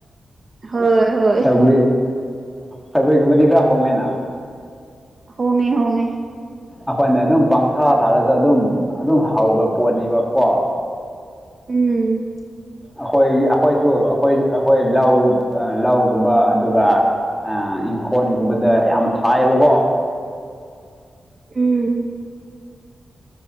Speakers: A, on the right; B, in the centre.
A: ꯍꯣꯏ ꯍꯣꯏ
B: ꯁꯒ ꯁꯒꯒꯒꯤꯔ ꯍꯣꯡꯒꯦ ꯅ
A: ꯍꯉꯦ ꯍꯉꯦ
B: ꯑꯩꯈꯣꯏꯅ ꯑꯗꯨꯝ ꯄꯪꯊꯥ ꯊꯥꯔꯁꯨ ꯑꯗꯨꯝ ꯑꯗꯨꯝ ꯍꯧꯕ ꯄꯣꯠꯅꯦꯕꯀꯣ
A: ꯎꯝ
B: ꯑꯩꯈꯣꯏꯒꯤ ꯑꯩꯈꯣꯏꯁꯨ ꯑꯩꯈꯣꯏ ꯑꯩꯈꯣꯏ ꯂꯧ ꯂꯧꯒꯨꯝꯕ ꯑꯗꯨꯒ ꯑ ꯏꯪꯈꯣꯜꯒꯨꯝꯕꯗ ꯌꯥꯝ ꯊꯥꯏꯌꯦꯕꯀꯣ
A: ꯎꯝ